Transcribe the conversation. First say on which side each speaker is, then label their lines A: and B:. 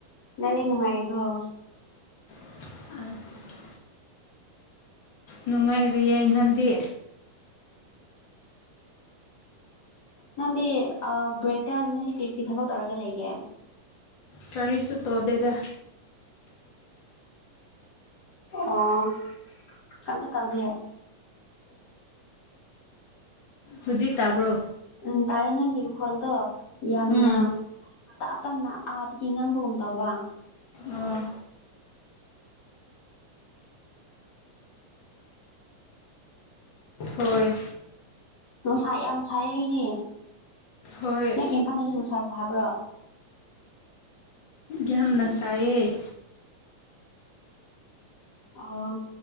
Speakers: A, on the left; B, on the left.
A: ꯅꯅꯤ ꯅꯨꯡꯉꯥꯏꯕꯥꯎ
B: ꯑ ꯅꯨꯡꯉꯥꯏꯔꯤꯌꯦꯏ ꯅꯪꯗꯤ
A: ꯅꯪꯗꯤ ꯕ꯭ꯔꯦꯛꯇ ꯅꯣꯏꯗꯤ ꯀꯔꯤ ꯀꯔꯤ ꯊꯕꯛ ꯇꯧꯔꯒ ꯂꯩꯒꯦ
B: ꯀꯔꯤꯁꯨ ꯇꯧꯗꯦꯗ
A: ꯑꯣ ꯀꯝꯇ ꯇꯧꯗꯤꯦ
B: ꯍꯧꯖꯤ ꯇꯥꯕ꯭ꯔꯣ
A: ꯎꯝ ꯇꯥꯔꯦ ꯅꯪꯒꯤ ꯃꯈꯣꯟꯗꯣ ꯌꯥꯝꯅ
B: ꯎꯝ
A: ꯇꯞ ꯇꯞꯅ ꯑꯥꯗꯒꯤ ꯉꯥꯡꯕꯒꯨꯝ ꯇꯧꯕ
B: ꯑꯣ ꯍꯣꯏ
A: ꯅꯨꯡꯁꯥ ꯌꯥꯝ ꯁꯥꯏ ꯑꯩꯗꯤ
B: ꯍꯣꯏ
A: ꯅꯪꯒꯤ ꯏꯝꯐꯝꯗꯨꯁꯨ ꯅꯨꯡꯁꯥ ꯁꯥꯕ꯭ꯔꯣ
B: ꯌꯥꯝꯅ
A: ꯎꯝ
B: ꯁꯥꯏꯌꯦ
A: ꯑꯣ